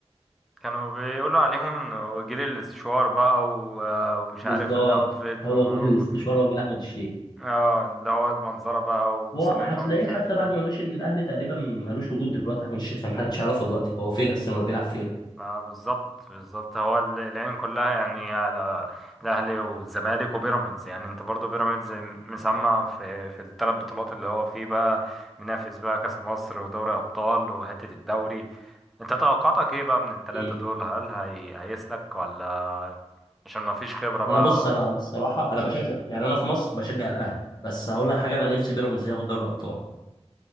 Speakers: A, in the centre; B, on the left.
A: كانوا بيقولوا عليهم انه جيل السشوار بقى و... آه، ومش
B: بالظبط
A: عارف الاوتفيت
B: هو
A: و... و-
B: جيل الاستشوار هو جيل احمد الشيخ
A: اه اللي هو المنظره بقى وسينما
B: هو هتلاقيه
A: ومش
B: حتى
A: عارف ايه
B: بعد ما مشي من الاهلي تقريبا ملوش وجود دلوقتي احمد الشيخ محدش يعرفه دلوقتي هو فين اصلا ولا بيلعب فين
A: آه بالظبط بالظبط هو ال- العين كلها يعني على الاهلي والزمالك وبيراميدز يعني انت برضو بيراميدز مسمع في في الثلاث بطولات اللي هو فيه بقى منافس بقى كاس مصر ودوري ابطال وحته الدوري انت توقعاتك ايه بقى من التلاتة
B: إيه.
A: دول هل هي... هيسلك ولا عشان ما فيش خبرة
B: وانا
A: بقى
B: بص انا الصراحه انا بشجع يعني انا في مصر بشجع الاهلي بس هقول لك حاجه انا نفسي بيراميدز ياخد دوري الابطال